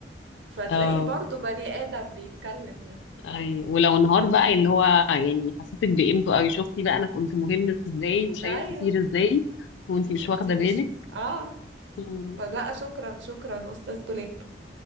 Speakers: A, on the right; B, on the left.
A: فتلاقيه
B: اه
A: برضو بني ادم بيتكلم يعني
B: أي ولو انهار بقى اللي هو يعني يحسسك بقيمته قوي شفتي بقى انا كنت مهم ازاي وشايل
A: ايوه
B: كتير ازاي وانتي مش
A: وانت
B: واخده
A: مش
B: بالك
A: اه
B: مم.
A: فلا شكرا شكرا أستاذ دولاب